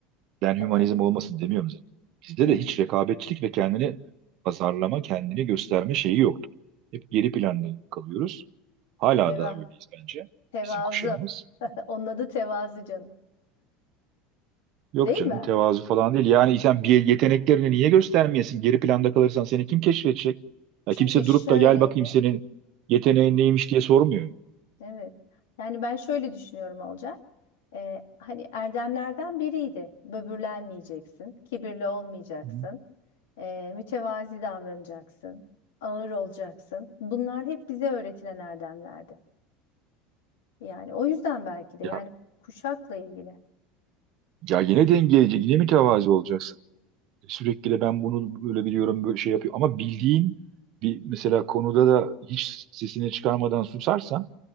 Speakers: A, on the right (about 60°); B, on the left (about 85°).
A: hümanizm
B: Böyle,
A: olmasın demiyorum zaten. Bizde
B: hı,
A: de hiç rekabetçilik ve kendini pazarlama, kendini gösterme şeyi yoktu. Hep geri planda kalıyoruz. Hala
B: teva,
A: da öyleyiz bence
B: tevazu.
A: bizim kuşağımız.
B: <laughs> Onun adı tevazu canım.
A: Yok
B: Değil
A: canım
B: mi?
A: tevazu falan değil. Yani sen bir yeteneklerini niye göstermeyesin? Geri planda kalırsan seni kim keşfedecek? Ya
B: Çünkü
A: kimse
B: şöyleydi.
A: durup da gel bakayım senin yeteneğin neymiş diye sormuyor.
B: Evet. Yani ben şöyle düşünüyorum Olcay. Ee, hani erdemlerden biriydi. Böbürlenmeyeceksin, kibirli olmayacaksın,
A: Hı.
B: ee, mütevazi davranacaksın, ağır olacaksın. Bunlar hep bize öğretilen erdemlerdi. Yani o yüzden belki de yani
A: Ya,
B: kuşakla ilgili.
A: ya yine dengeleyici, yine mütevazi olacaksın. Sürekli de ben bunu böyle biliyorum böyle şey yapıyor. Ama bildiğin bir mesela konuda da hiç sesini çıkarmadan susarsan